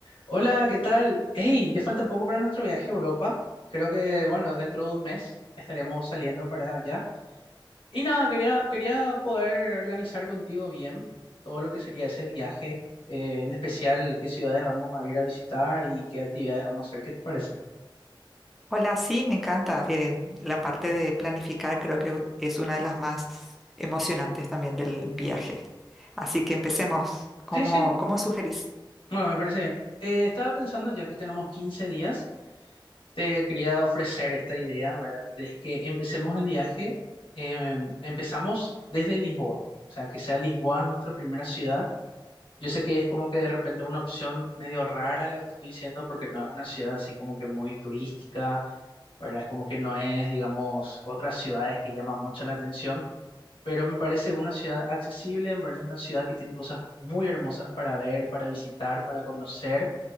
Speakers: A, on the left (about 80°); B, in the centre.
A: Hola, ¿qué tal? Hey, ya falta poco para nuestro viaje a Europa. Creo que, bueno, dentro de un mes estaremos saliendo para allá. Y nada, quería, quería poder organizar contigo bien todo lo que sería ese viaje, eh, en especial qué ciudades vamos a ir a visitar y qué actividades vamos a hacer. ¿Qué te parece?
B: Hola, sí, me encanta. Eh, la parte de planificar creo que es una de las más emocionantes también del viaje. Así que empecemos. ¿Cómo,
A: Sí, sí,
B: cómo sugerís?
A: bueno, me parece bien. Eh, estaba pensando, ya que tenemos 15 días, te quería ofrecer esta idea, ¿verdad? Es que empecemos el viaje, em, empezamos desde Lisboa, o sea, que sea Lisboa nuestra primera ciudad Yo sé que es como que de repente una opción medio rara la que te estoy diciendo, porque no es una ciudad así como que muy turística, ¿verdad? Es como que no es, digamos, otras ciudades que llaman mucho la atención, pero me parece una ciudad accesible, me parece una ciudad que tiene cosas muy hermosas para ver, para visitar, para conocer,